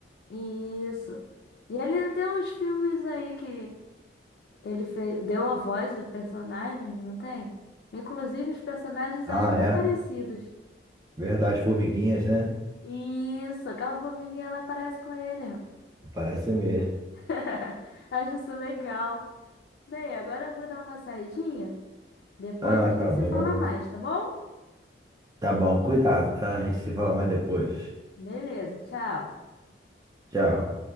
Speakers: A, on the left; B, on the right.
A: isso. E ele tem uns filmes aí que ele fez, deu a voz aos personagens, não tem? Inclusive, os personagens
B: Ah,
A: eu acho até
B: é,
A: parecidos.
B: verdade, Formiguinhas, né?
A: Isso, aquela formiguinha lá parece com ele.
B: Parece mesmo.
A: <laughs> Acho isso legal. Bem, agora eu vou dar uma saidinha. Depois
B: Ah,
A: a gente
B: tá bom.
A: se fala mais, tá bom?
B: Tá bom, cuidado, tá? A gente se fala mais depois.
A: Beleza, tchau.
B: Tchau.